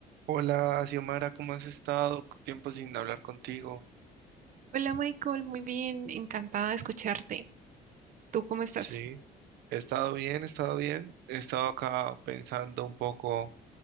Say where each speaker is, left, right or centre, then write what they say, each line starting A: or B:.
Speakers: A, on the right; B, on the right.
A: Hola, Xiomara, ¿cómo has estado? Tiempo sin hablar contigo.
B: Hola Michael, muy bien, encantada de escucharte. ¿Tú cómo estás?
A: Sí, he estado bien, he estado bien. He estado acá pensando un poco